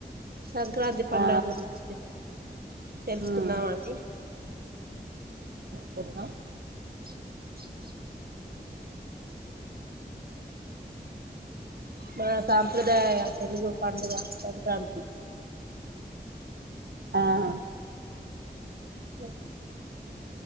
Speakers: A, on the right; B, on the right.
A: సంక్రాంతి పండుగ
B: ఆ
A: గురించి తెలుసుకుందాం
B: ఉమ్
A: అండి
B: కున్నాం
A: <unintelligible> మన సాంప్రదాయ తెలుగు పండుగ సంక్రాంతి
B: ఆహా
A: ఏ